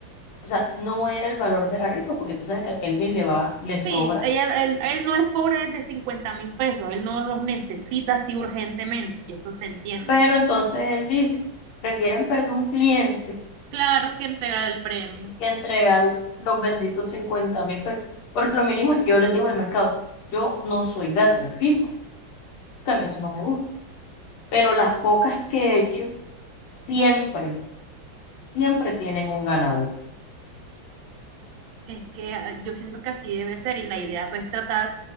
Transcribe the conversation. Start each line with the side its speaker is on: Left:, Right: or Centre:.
Left: o sea, no era el valor de la rifa, porque tú sabes que a Kelvin le va, le
Right: Sí,
Left: sobra,
Right: ella, él, él no es pobre de cincuenta mil pesos, él no los necesita así urgentemente, eso se entiende.
Left: pero entonces él dice, prefieren perder un cliente
Right: Claro que entregar el premio.
Left: que entregar los benditos cincuenta mil pesos. Por lo mínimo, yo les digo en el mercado, yo no soy de hacer rifa, porque a mí eso no me gusta, pero las pocas que he hecho, siempre, siempre tienen un ganador.
Right: Es que ah, yo siento que así debe ser y la idea pues es tratar